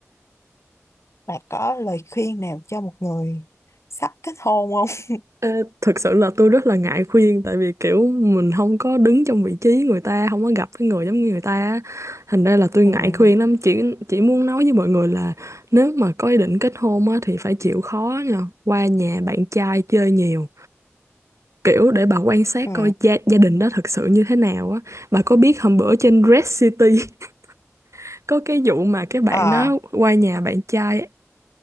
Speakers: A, on the left; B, on the right.
A: Bà có lời khuyên nào cho một người sắp kết hôn không? <laughs>
B: Ờ, Thực sự là tôi rất là ngại khuyên tại vì kiểu mình không có đứng trong vị trí người ta không có gặp cái người giống như người ta á. thành ra là tôi
A: Ừ.
B: ngại khuyên lắm chỉ chỉ muốn nói với mọi người là nếu mà có ý định kết hôn á, thì phải chịu khó nha qua nhà bạn trai chơi nhiều kiểu để bà quan sát
A: Ừ.
B: coi gia, gia đình đó thật sự như thế nào á bà có biết hôm bữa trên Red City <laughs> có cái vụ mà cái bạn
A: À,
B: đó qua nhà bạn trai